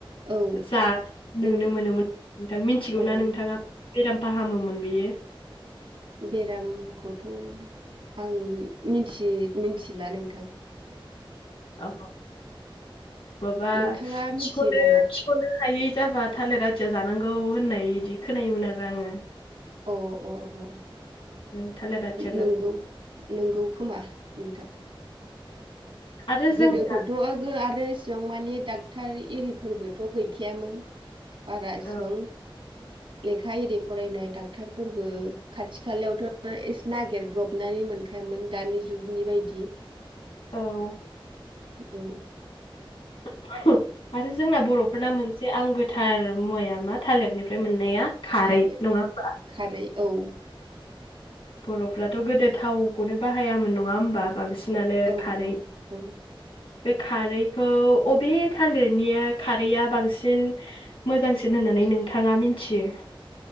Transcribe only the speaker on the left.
जा नुनो
मोनोमोन नोंथां मिथिगौना
नोंथाङा बेराम फाहामोमोन बियो
अ माबा
खिख'नो
खनो हायै जाबा थालिर आथिया जानांगौ होननाय बिदि खोनायोमोन आरो आङो
ओ, थालिर आथियाखौ
आरो जोंना
औ
<inaudible>
औ
<unintelligible> आरो जोंना बर'फोरना मोनस बेे आंगोथार मुवाया मा थालिरनिफ्राय मोननाया खारै
नङा होम्बा
बर'फ्राथ' गोदो थावखौनो बाहायामोन नङा होमबा बांसिन होनानो
खारै
बे खारैखौ अबे थालिरनिया खारैया बांसिन मोजांसिन होननानै नोंथाङा मिथियो।